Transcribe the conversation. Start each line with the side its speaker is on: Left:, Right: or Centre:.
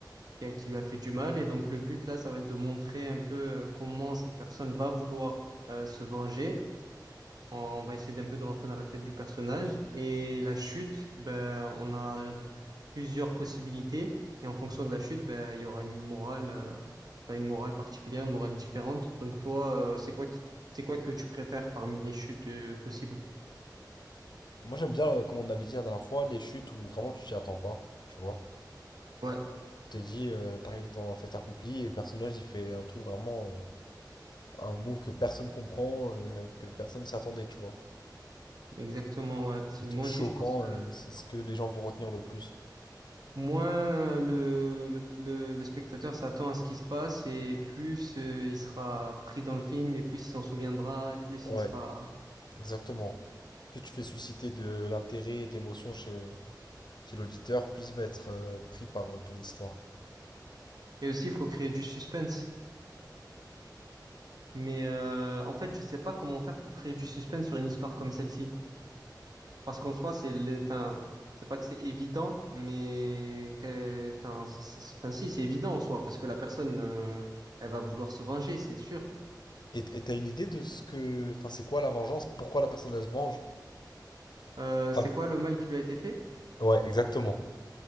Right: qui a- qui lui a fait du mal. Et donc le but là, ça va être de montrer un peu euh, comment cette personne va vouloir euh, se venger On va essayer d'un peu de rentrer dans la tête du personnage. Et la chute, ben, on a plusieurs possibilités. Et en fonction de la chute, ben, il y aura une morale, euh, enfin, une morale particulière, une morale différente. Donc toi, euh, c'est quoi qui- c'est quoi que tu préfères parmi les chutes, euh, possibles?
Left: Moi j'aime bien, euh, comme on avait dit la dernière fois, les chutes où vraiment tu t'y attends pas, tu vois.
Right: Ouais,
Left: T'es dit, euh, t'arrives dans le fait accompli et le personnage il fait un truc vraiment, euh, un move que personne comprend, euh, que personne s'attendait, tu vois.
Right: exactement, ouais. C'est-
Left: Des
Right: Moi
Left: trucs choquants,
Right: aussi, je pense, euh,
Left: euh, c'est ce que les gens vont retenir le plus.
Right: moins le, le, le, le spectateur s'attend à ce qui se passe et plus, euh, il sera pris dans le film et plus il s'en souviendra et plus
Left: Ouais,
Right: il sera...
Left: exactement. Plus tu fais susciter de l'intérêt et de l'émotion chez, chez l'auditeur, plus il va être euh, pris par euh, ton histoire.
Right: Et aussi, il faut créer du suspense. Mais euh, en fait, je sais pas comment faire pour créer du suspense sur une histoire comme celle-ci. Parce qu'en soi, c'est le- enfin, c'est pas que c'est évident, mais que- enfin, ça- ça- enfin, si, c'est évident en soi, parce que la personne, euh, elle va vouloir se venger, c'est sûr.
Left: Et et t'as une idée de ce que... Enfin, c'est quoi la vengeance? Pourquoi la personne elle se venge?
Right: Euh,
Left: Enfin,
Right: c'est quoi le mal qui lui a été fait?
Left: ouais, exactement.